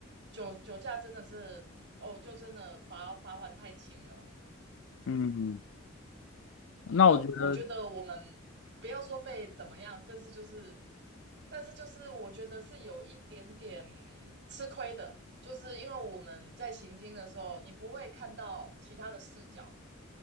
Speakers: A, on the right; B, on the left.
A: 酒酒驾真的是，哦，就真的罚罚款太轻了。
B: 嗯。那我觉得，
A: 因为我觉得我们不要说被怎么样，但是就是，但是就是我觉得是有一点点吃亏的，就是因为我们在行进的时候，你不会看到其他的视角，